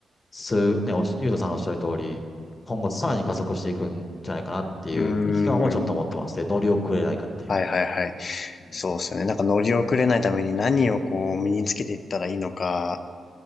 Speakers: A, on the left; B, on the left.
A: す、ね、おしゆうとさんのおっしゃる通り、今後さらに加速していくんじゃないかなっていう危機感もちょっと持ってますで乗り遅れないかっていう。
B: ーん。はいはいはい。
A: うん
B: そうですよね。なんか乗り遅れないために何をこう身につけていったらいいのか、